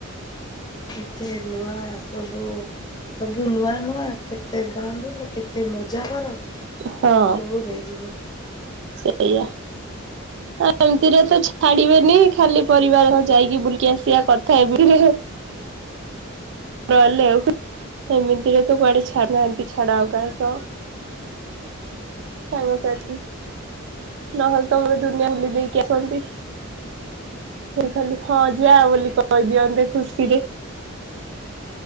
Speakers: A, on the left (about 20°); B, on the right (about 60°).
A: ଏତେ ନୂଆ ସବୁ ସବୁ ନୂଆ ନୂଆ କେତେ ଗାଁ ବୁଲ, କେତେ ମଜା କର। ସବୁ
B: ହଁ
A: ହେଇଯିବୁ।
B: ସେଇଆ, ଏମିତିରେ ତ ଛାଡିବେନି ଖାଲି ପରିବାର ଯାଇକି ବୁଲି ଆସିବା କଥା ଏମିତିରେ ହେଲେ ଆଉ ଏମିତିରେ ତ କୁଆଡେ ଛାଡୁନାହାନ୍ତି ଛାଡ ଆଉ କାହା ସହ। ସାଙ୍ଗସାଥୀ ନହେଲେ ତମର ଦୁନିଆ ବୁଲି ଦେଇକି ଆସନ୍ତି, ଖାଲି ହଁ ଯା ବୋଲି କହିଦିଅନ୍ତେ ଖୁସିରେ।